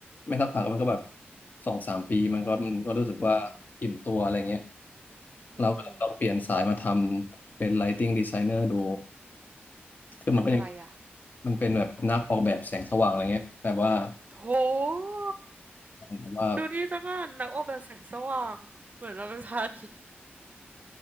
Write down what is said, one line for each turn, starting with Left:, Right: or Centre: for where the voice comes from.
Left: ไม่สักพักมันก็แบบสองสามปีมันก็มันก็รู้สึกว่าอิ่มตัวอะไรเงี้ย
Right: อืมอืม
Left: เราก็เลยลองเปลี่ยนสายมาทำเป็น Lighting Designer ดู คือมันก็ยัง
Right: คืออะไรอะ
Left: มันเป็นแบบนักออกแบบแสงสว่างอะไรเงี้ยแบบว่า
Right: โห
Left: แบบว่า
Right: ดูนี่สักอันนักออกแบบแสงสว่าง เหมือนเราเป็นพระอาทิตย์